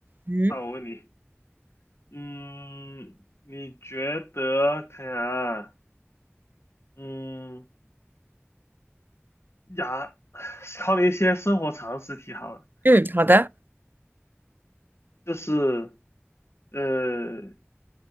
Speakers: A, on the right; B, on the left.
A: 嗯
B: 到我问你，嗯，你觉得看看啊，嗯，牙，<sighs> 考你一些生活常识题好了，
A: 嗯，好的。
B: 就是呃，